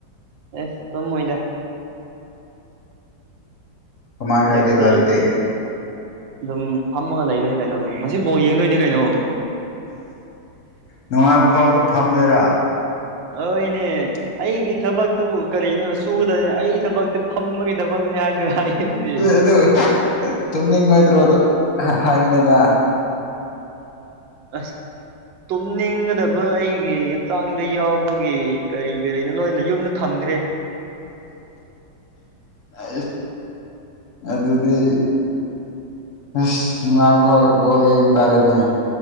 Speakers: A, on the right; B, on the left.
A: ꯑꯦꯁ ꯇꯝ ꯃꯣꯏꯗ
B: ꯀꯃꯥꯏꯅ
A: ꯍꯟꯗꯛꯇꯤ
B: ꯂꯩꯗꯣꯏꯕ ꯑꯗꯨꯗꯤ
A: ꯑꯗꯨꯝ ꯐꯝꯃꯒ ꯂꯩꯔꯤꯅ ꯀꯩꯅꯣ ꯃꯁꯤ ꯕꯧ ꯌꯦꯡꯗꯣꯏꯅꯦ ꯀꯩꯅꯣ
B: ꯅꯨꯡꯉꯥꯏꯕ ꯐꯥꯎ ꯑꯗꯨꯝ ꯐꯝꯗꯣꯏꯔꯥ
A: ꯑ <unintelligible> <inaudible> ꯑꯩꯒꯤ ꯊꯕꯛꯇꯨꯕꯨ ꯀꯔꯤꯅꯣ ꯁꯨꯒꯗꯕꯅꯤ ꯑꯩꯒꯤ ꯊꯕꯛꯇꯤ ꯐꯝꯕꯒꯤ ꯊꯕꯛꯅꯤ ꯍꯥꯏꯁꯨ ꯍꯥꯏ ꯀ ꯀꯔꯤ
B: ꯑꯗꯨ ꯇꯨꯝꯅꯤꯡꯉꯣꯏꯗ꯭ꯔꯣꯗ ꯍꯥꯏꯕꯅꯤꯗ
A: ꯑꯁ <inaudible> ꯇꯨꯝꯅꯤꯡꯒꯗꯕ ꯑꯩꯒꯤ ꯍꯛꯆꯥꯡꯗ ꯌꯥꯎꯕꯒꯤ ꯀꯔꯤ ꯀꯔꯤꯅꯣ ꯂꯣꯏꯅ ꯌꯨꯝꯗ ꯊꯝꯒ ꯇꯔꯦ
B: ꯑ ꯑꯗꯨꯗꯤ ꯑꯁ ꯅꯨꯡꯉꯕ ꯐꯥꯎ ꯕꯣꯠ ꯌꯦꯡꯕ ꯇꯥꯔꯦꯅꯦ